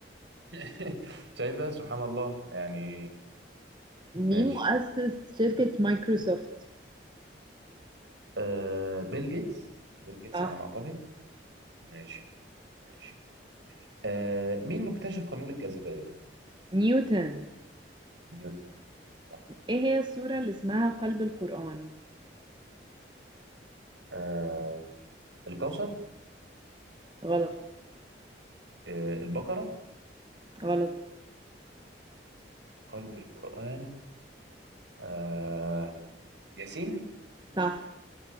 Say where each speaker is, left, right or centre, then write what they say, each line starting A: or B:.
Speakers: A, on the right; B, on the right.
A: <laughs> شايفة سبحان الله يعني
B: مين
A: ماشي
B: مؤسس شركة مايكروسوفت
A: آه بيل جيتس بيل جيتس
B: صح
A: على ما أعتقد ماشي ماشي آه مين مكتشف قانون الجاذبية؟
B: نيوتن
A: نيوتن صح
B: ايه هي السورة اللي اسمها قلب القرآن
A: آه الكوثر
B: غلط
A: آه البقرة
B: غلط
A: قلب القرآن آه ياسين
B: صح